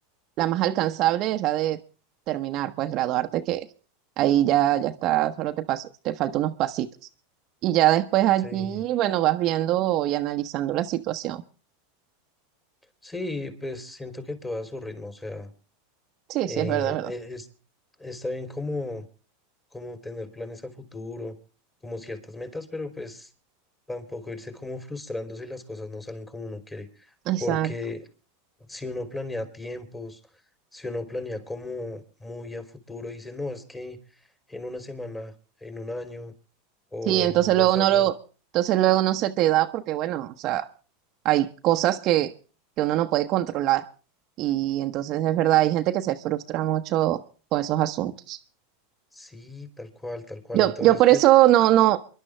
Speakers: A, on the right; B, on the left.
A: la más alcanzable es la de terminar, pues graduarte, que ahí ya, ya está, solo te paso, te faltan unos pasitos. Y ya después allí,
B: Sí,
A: bueno, vas viendo y analizando la situación.
B: sí, pues siento que todo a su ritmo, o sea,
A: Sí,
B: eh,
A: sí, es verdad, es verdad.
B: e- es, está bien como, como tener planes a futuro, como ciertas metas, pero pues tampoco irse como frustrando si las cosas no salen como uno quiere,
A: Exacto.
B: porque si uno planea tiempos, si uno planea como muy a futuro, y dice, no, es que en una semana, en un año o
A: Sí, entonces
B: en dos
A: luego
B: años
A: no lo, entonces luego no se te da porque, bueno, o sea, hay cosas que, que uno no puede controlar. Y entonces es verdad, hay gente que se frustra mucho con esos asuntos.
B: Sí, tal cual, tal cual.
A: Yo,
B: Entonces,
A: yo por
B: pues
A: eso no, no,